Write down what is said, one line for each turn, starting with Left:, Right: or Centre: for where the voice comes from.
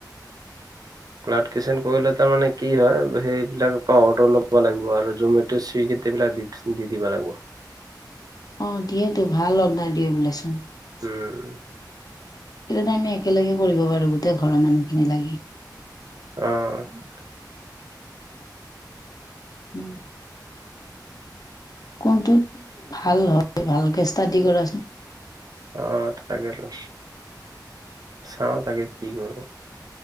Right: ক্লাড কিচেন কৰিলে তাৰমানে কি হয়, সেইবিলাকৰ পৰা অৰ্ডাৰ ল'ব লাগিব আৰু জমে ত' চুইগীত এইবিলাক দি-দি দিব লাগিব।
Left: অ', দিয়েতো, ভাল অৰ্ডাৰ দিয়ে বোলেচোন।
Right: উম।
Left: তেতিয়াটো আমি একেলগে কৰিব পাৰো গোটেই ঘৰৰ মানুহখিনি লাগি।
Right: অ'।
Left: উম। কোনটোত, ভাল হয়? ভালকে ষ্টাডি কৰা।
Right: অ', তাকেতো, চাও তাকে কি কৰো!